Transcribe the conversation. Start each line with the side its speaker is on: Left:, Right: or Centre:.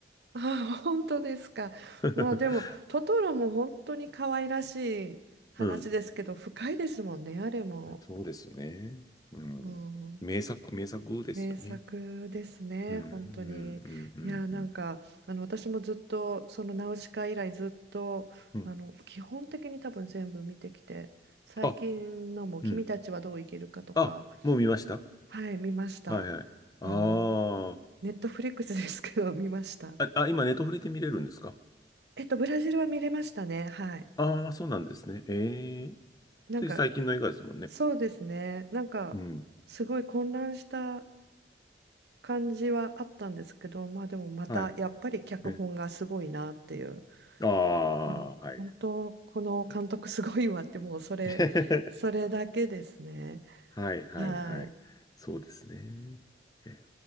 Right: あ、本当ですか。
Left: <laughs>
Right: まあでも、トトロも本当に可愛らしい話ですけど、
Left: うん。
Right: 深いですもんね、あれも。
Left: そうですね。うん。
Right: うん、
Left: 名作、名作ですよね。
Right: 名作ですね、
Left: うん、うん、
Right: 本当に。
Left: うん、うん、
Right: いや、なんか、
Left: うん。
Right: あの、私もずっと、そのナウシカ以来ずっと、
Left: うん
Right: あの、基本的に多分全部見てきて、最近のも、
Left: あ、
Right: 君たちはどう生きるかとか、
Left: うん。あ、もう見ました
Right: はい、見ました。
Left: はいはい。あ
Right: あの、ネットフリックスですけど、見ました。
Left: あ。あ、あ今、ネットフリで見れるんですか
Right: えっと、ブラジルは見れましたね、はい。
Left: ああー、そうなんですね。ええ
Right: なんか
Left: つい最近の映画ですもんね。
Right: そうですね。なんか、
Left: うん。
Right: すごい混乱した感じはあったんですけど、まあでもまた、
Left: はい。
Right: やっぱり脚本がすごいなっていう。
Left: え、ああ、
Right: まあ、
Left: はい。
Right: 本当、この監督すごいわって、もうそれ、
Left: <laughs>
Right: それだけですね。
Left: はい、はい、
Right: はい。
Left: はい。そうですね。え